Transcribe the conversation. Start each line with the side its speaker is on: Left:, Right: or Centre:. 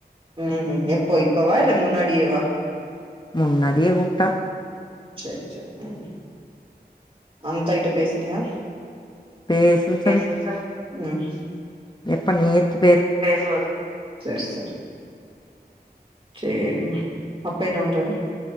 Right: ம் எப்போ இப்பவா இல்ல முன்னாடியேவா
Left: முன்னாடியே கூப்ட்டா
Right: சேர் சேரி ம் அம்தா கிட்ட பேசுனியா
Left: பேசல சாமி
Right: எஸ் எல் சம் ம்
Left: எப்ப நேத்து
Right: பே பேசுனது சேர் செரி சேரிம்மா அப்பா என்ன பண்றாரு